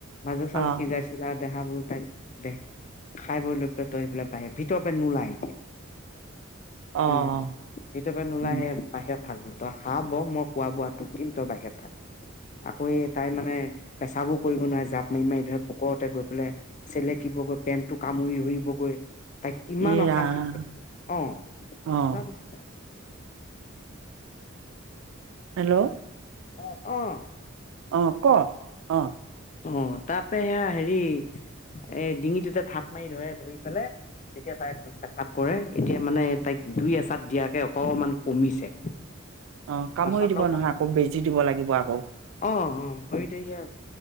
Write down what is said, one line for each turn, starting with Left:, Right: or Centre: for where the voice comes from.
Left: ভাজা চাউল
Right: অ',
Left: সিজাইছিলা দেহাবোৰ তাইক দে, খাই বৈ লৈ পেলাই তই <unintelligible> ভিতৰৰ পৰা নোলাই এতিয়া।
Right: অ',
Left: উম। ভিতৰৰ পৰা নোলাই
Right: উম,
Left: সেইয়া বাহিৰত থাক বুলো, তই খাব ব মই খোৱা বোৱা তোক দিম, তই বাহিৰত থাক। আকৌ এই তাই মানে, পেচাবো কৰিব নোৱাৰে, জাঁপ মাৰি মাৰি ধৰে, পোকৰতে গৈ পেলাই চেলেকিবগৈ, পেণ্টটো কামুৰি ধৰিবগৈ। তাইক কিমান
Right: ই
Left: অশান্তি,
Right: ৰাম
Left: অহ
Right: অ',
Left: তাৰ পিছতে
Right: হেল্ল'।
Left: অ'। অহ।
Right: অহ ক, ' অহ।
Left: অ', তাৰপা সেয়া হেৰি, এই ডিঙিটোতে থাপ মাৰি ধৰে, ধৰি পেলাই তেতিয়া তাই পেচাব কৰে, এতিয়া মানে তাইক দুই এচাত দিয়াকে অকমান কমিছে।
Right: অ' কামুৰি
Left: অ
Right: দিব নহয় আকৌ, বেজি দিব লাগিব আকৌ।
Left: অ ভৰিত এইয়া